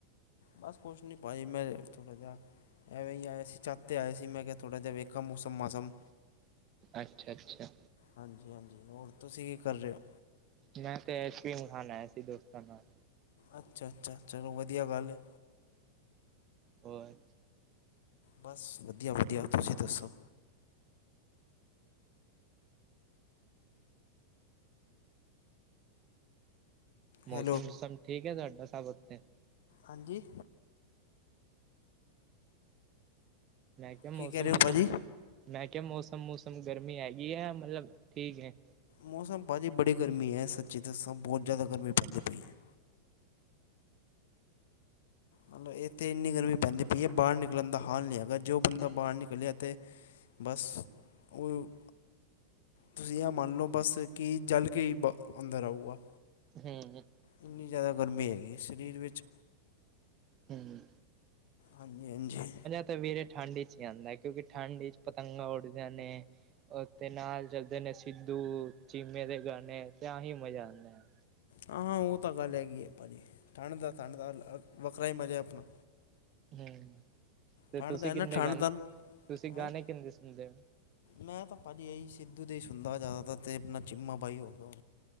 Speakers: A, on the left; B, on the right.
A: ਬਸ ਕੁਛ ਨਹੀਂ ਭਾਜੀ ਮੈਂ ਥੋੜ੍ਹਾ ਜਿਹਾ, ਐਵੇਂ ਹੀ ਛੱਤ ਤੇ ਆਏ ਸੀ ਮੈਂ ਕਿਹਾ ਥੋੜ੍ਹਾ ਜਿਹਾ ਵੇਖਿਆ ਮੌਸਮ ਮਾਸਮ।
B: ਅੱਛਾ-ਅੱਛਾ।
A: ਹਾਂਜੀ-ਹਾਂਜੀ, ਹੋਰ ਤੁਸੀਂ ਕੀ ਕਰ ਰਹੇ ਹੋ?
B: ਮੈਂ ਤੇ ਆਈਸਕ੍ਰੀਮ ਖਾਣ ਆਇਆ ਸੀ ਦੋਸਤਾਂ ਨਾਲ।
A: ਅੱਛਾ-ਅੱਛਾ, ਚਲੋ ਵਧੀਆ ਗੱਲ ਹੈ।
B: ਹੋਰ।
A: ਬਸ ਵਧੀਆ ਵਧੀਆ ਤੁਸੀਂ ਦੱਸੋ।
B: ਮੌਸਮ
A: ਹੈਲੋ
B: ਮੁਸਮ ਠੀਕ ਹੈ ਤੁਹਾਡਾ ਸਭ ਉੱਥੇ?
A: ਹਾਂਜੀ।
B: ਮੈਂ ਕਿਹਾ
A: ਕੀ
B: ਮੌਸਮ
A: ਕਹਿ ਰਹੇ ਹੋ
B: ਮੁਸਮ,
A: ਭਾਜੀ
B: ਮੈਂ ਕਿਹਾ ਮੌਸਮ ਮੁਸਮ ਗਰਮੀ ਹੈਗੀ ਹੈ ਮਤਲਬ ਠੀਕ ਹੈ।
A: ਮੌਸਮ ਭਾਜੀ ਬੜੀ ਗਰਮੀ ਹੈ ਸੱਚੀ ਦੱਸਾਂ ਬਹੁਤ ਜ਼ਿਆਦਾ ਗਰਮੀ ਪੈਂਦੀ ਪਈ ਹੈ। ਮਤਲਬ ਇੱਥੇ ਇੰਨੀ ਗਰਮੀ ਪੈਂਦੀ ਪਈ ਹੈ ਬਾਹਰ ਨਿਕਲਣ ਦਾ ਹਾਲ ਨਹੀਂ ਹੈਗਾ, ਜੋ ਬੰਦਾ ਬਾਹਰ ਨਿਕਲਿਆ ਤਾਂ ਬਸ, ਉਹ ਤੁਸੀਂ ਇਹ ਮੰਨ ਲਉ ਬਸ ਕਿ ਚੱਲ ਕੇ ਬ ਅੰਦਰ ਆਊਗਾ।
B: ਹੂੰ ਹੂ
A: ਇੰਨੀ ਜ਼ਿਆਦਾ ਗਰਮੀ ਹੈਗੀ ਸਰੀਰ ਵਿੱਚ।
B: ਹਮ
A: ਹਾਂਜੀ ਹਾਂਜੀ।
B: ਸਵੇਰੇ ਠੰਡ ਚ ਹੀ ਆਉਂਦਾ ਕਿਉਂਕਿ ਠੰਢ ਚ ਪਤੰਗਾਂ ਉੱਡਦੀਆਂ ਨੇ। ਉ ਤੇ ਨਾਲ ਚਲਦੇ ਨੇ ਸਿੱਧੂ ਚੀਮੇ ਦੇ ਗਾਣੇ ਤੇ ਆਹੀ ਮਜ਼ਾ ਆਉਂਦਾ ਹੈ।
A: ਹਾਂ, ਹਾਂ, ਉਹ ਤਾਂ ਗੱਲ ਹੈਗੀ ਹੈ ਭਾਜੀ ਠੰਡ ਦਾ ਠੰਡ ਦਾ ਵੱਖਰਾ ਹੀ ਮਜ਼ਾ ਹੈ ਆਪਣਾ।
B: ਹੂੰ, ਤੇ
A: ਠੰਡ
B: ਤੁਸੀਂ
A: ਦਾ ਹੈ
B: ਕਿੰਨੇ
A: ਨਾ ਠੰਡ
B: ਗਾਣੇ,
A: ਦਾ
B: ਤੁਸੀਂ
A: ਹੈਂ
B: ਗਾਣੇ ਕਿੰਨੇ ਸੁਣਦੇ ਹੋ।
A: ਮੈਂ ਤਾਂ ਭਾਜੀ ਇਹੀ ਸਿੱਧੂ ਦੇ ਹੀ ਸੁਣਦਾ ਜ਼ਿਆਦਾਤਰ ਅਤੇ ਆਪਣਾ ਚੀਮਾ ਬਾਈ ਹੋ ਗਿਆ ਉਹ।